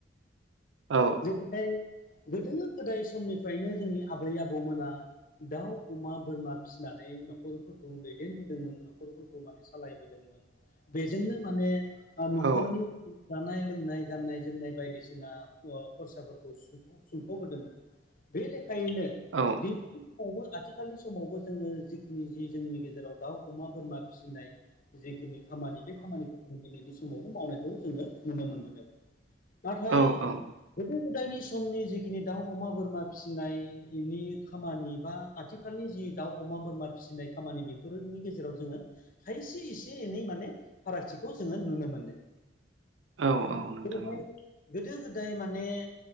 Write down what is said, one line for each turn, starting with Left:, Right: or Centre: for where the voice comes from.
Right: औ
Left: जेरैहाय गोदो गोदाय समनिफ्रायनो जोंनि आबै आबौमोना। दाउ अमा बोरमा फिसिनानै न'खरफोरखौ दैदेनबोदोंमोन न'खरफोरखौ माने। सालायबोदोंमोन बेजोंनो माने न'खरनि
Right: औ
Left: जानाय लोंनाय गाननाय जोमनाय बायदिसिना खरसाफोरखौ सुंफ'ग्रदोंमोन बे लेखायैनोनै।
Right: औ
Left: समावबो आथिखालनि समावबो जोङो जिखिनि जि जोंनि गेजेराव दाउ अमा बोरमा फिसिनाय। जिखिनि खामानि बे खामानिखौ ज दिनैनि समावबो मावनायखौ जोङो नुनो मोनबोदों नाथाय।
Right: औ औ
Left: गोदो गोदायनि समनि जिखिनि दाउ अमा बोरमा फिसिनायनि खामानि बा आथिखालनि जि दाउ अमा बोरमा फिसिनाय खामानि बेफोरनि गेजेराव जोङो। खायसे इसे एनै माने फारागथिखौ जोङो नुनो मोनो।
Right: औ औ नोंथां
Left: बेहाय
Right: औ
Left: गोदो-गोदाय माने